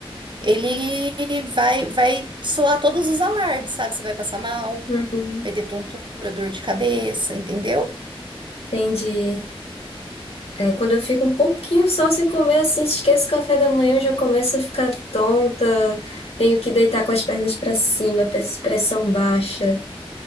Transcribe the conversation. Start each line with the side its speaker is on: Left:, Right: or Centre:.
Right: ele vai, vai soar todos os alarmes, sabe? Você vai passar mal.
Left: Uhum.
Right: Vai ter tontura, dor de cabeça, entendeu?
Left: Entendi. É, quando eu fico um pouquinho só sem comer assim, esqueço o café da manhã, eu já começo a ficar tonta, tenho que deitar com as pernas para cima, pres- pressão baixa.